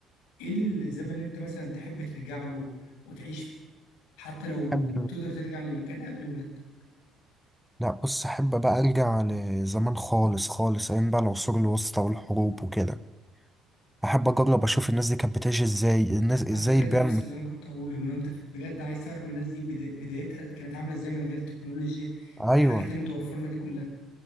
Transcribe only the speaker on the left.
ايه الزمن اللي انت مثلا تحب ترجع له وتعيش فيه حتى لو
تقدر ترجع لمكان قبل ولادتك
على فكرة
ده نفس اللي أنا كنت هقوله إن أنت بجد عايز تعرف الناس دي بدا- بدايتها كانت عاملة إزاي من غير تكنولوجيا والحاجات
المتوفرة لنا دي كلها